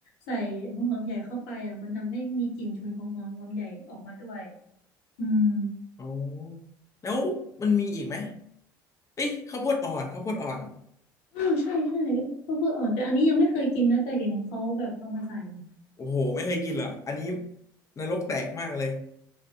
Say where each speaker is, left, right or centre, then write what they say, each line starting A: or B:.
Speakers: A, on the left (about 65°); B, on the left (about 30°).
A: ใส่หัวหอมใหญ่เข้าไปอ่ะมันทำให้มีกลิ่นฉุนของหัวหอมใหญ่ออกมาด้วยอืม
B: อ๋อแล้วมันมีอีกไหมเอ้ยข้าวโพดอ่อนข้าวโพดอ่อน
A: อ้าวใช่ใช่ข้าวโพดอ่อนแต่อันนี้ยังไม่เคยกินนะแต่เห็นเขาแบบเอามาใส่อยู่
B: โอ้โหไม่เคยกินเหรออันนี้นรกแตกมากเลย